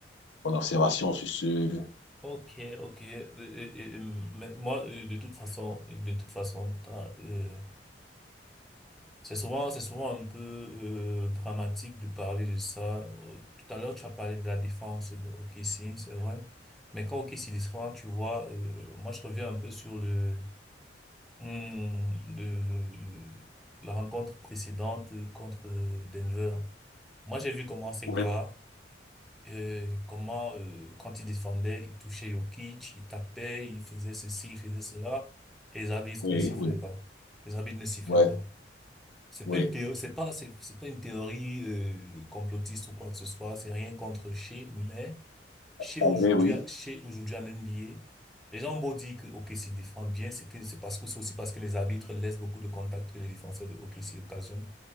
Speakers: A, on the left; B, in the centre.
A: mon observation sur ce.
B: Ok, ok. Euh, euh, euh, mais moi, euh, de toute façon, de toute façon, t'as, euh, C'est souvent, c'est souvent un peu euh, dramatique de parler de ça. Euh, Tout à l'heure, tu as parlé de la défense de OKC, c'est vrai. Mais quand OKC défend, tu vois, euh, moi je reviens un peu sur le, hum, le, le- le- la rencontre précédente euh, contre euh, Denver. Moi, j'ai vu comment ces
A: Oui.
B: gars, euh, comment euh, quand ils défendaient, ils touchaient Jokic, ils tapaient, ils faisaient ceci, ils faisaient cela, et les arbitres
A: Oui,
B: ne sifflaient
A: oui,
B: pas. Les arbitres ne sifflaient
A: ouais,
B: pas. C'est
A: oui.
B: pas une théorie, c'est pas, c'est, c'est pas une théorie euh, complotiste ou quoi que ce soit. C'est rien contre Shea, mais Shea
A: Ah,
B: aujourd'hui,
A: oui, oui,
B: Shea aujourd'hui en NBA, les gens ont beau dire que OKC défend bien, c'est que c'est parce que c'est aussi parce que les arbitres laissent beaucoup de contacts que les défenseurs de OKC occasionnent,